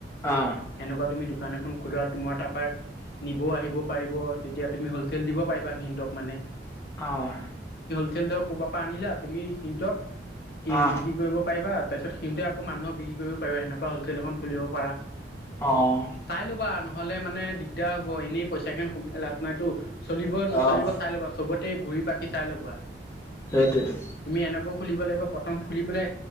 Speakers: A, on the left; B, on the left.
A: অ
B: এনেকুৱা তুমি দোকান এখন। খোলা তোমাৰ তাৰপৰা নিবও আহিব পাৰিব তেতিয়া তুমি হলচেল দিব পাৰিবা সিহঁতক মানে।
A: অহ।
B: ধৰ ক'ৰবাৰ পৰা আনিলা তুমি সিহতক কি
A: অ',
B: বিক্ৰী কৰিব পাৰিবা তাৰপিছত সিহতে আকৌ। আকৌ মানুহক বিক্ৰী কৰিব পাৰিব সেনেকুৱা হলচেল এখন খুলিব পাৰা।
A: অ',
B: চাই ল'বা নহলে মানে দিগ- দিগদাৰ হ'ব এনেই পইচা খিন সোমিয়াই লাভ নাইতো চলিব নচলিব
A: অ',
B: চাই লবা চবত ঘুৰি পাকি চাই লবা
A: সেইটোৱেতো।
B: তুমি এনেকৈ খুলিব লাগিব প্ৰথম খুলি পেলাই